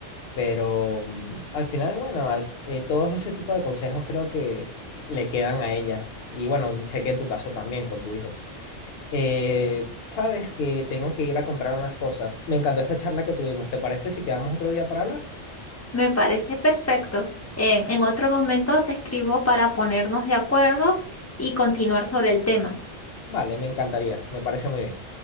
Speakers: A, on the left; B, on the left.
A: Pero mm, al final, bueno, al- eh, todos ese tipo de consejos creo que le quedan a ella. Y bueno, sé que en tu caso también, con tu hijo. Eh, sabes que tengo que ir a comprar unas cosas. Me encantó esta charla que tuvimos. ¿Te parece si quedamos otro día para hablar?
B: Me parece perfecto. En, en otro momento te escribo para ponernos de acuerdo y continuar sobre el tema.
A: Vale, me encantaría. Me parece muy bien.